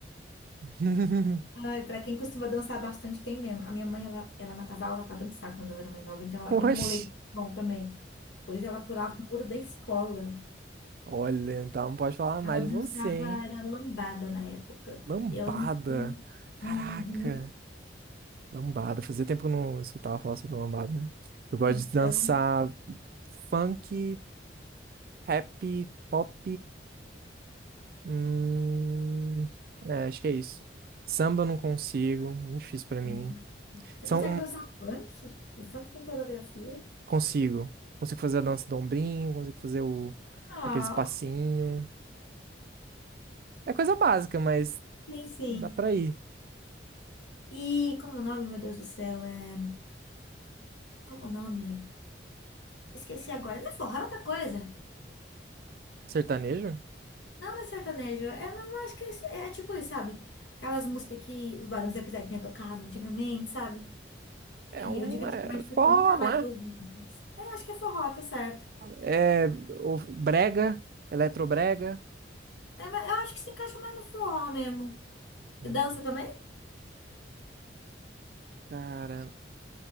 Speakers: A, on the right; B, on the left.
A: <laughs>
B: Ai, pra quem costuma dançar bastante, tem mesmo. A minha mãe, ela, ela matava aula pra dançar quando ela era mais nova, então ela
A: Oxi.
B: tem um molejo bom também. Pois ela pulava o muro da escola.
A: Olha, então não pode falar mais
B: Ela dançava,
A: de você, hein?
B: era lambada na época.
A: Lambada.
B: Eu não.
A: Caraca.
B: Uhum.
A: Lambada. Fazia tempo que eu não escutava falar sobre lambada, né? Eu gosto
B: Então.
A: de dançar funk, rap, pop. Hum, é, acho que é isso. Samba eu não consigo, muito difícil pra mim.
B: hum. Você
A: São
B: consegue dançar funk? E funk tem coreografia?
A: Consigo. Consigo fazer a dança do ombrinho, consigo fazer o...
B: Ah,
A: aqueles passinhos. É coisa básica, mas
B: tem sim.
A: dá pra ir.
B: E como o nome, meu Deus do céu, é. Como o nome? Esqueci agora. Não é forró, é outra coisa.
A: Sertanejo?
B: Não, não é sertanejo. É, mas eu acho que é, isso- é é tipo isso, sabe? Aquelas músicas que os Barões da Pisadinha tocavam antigamente, sabe?
A: É
B: Que
A: um...
B: eu digo antigamente
A: É
B: porque
A: forró,
B: eu nunca mais
A: não é?
B: ouvi. Mas é, Eu acho que é forró, tá certo.
A: É o brega, eletrobrega.
B: É, mas eu acho que se encaixa mais no forró mesmo.
A: Hum.
B: Você dança também?
A: Cara,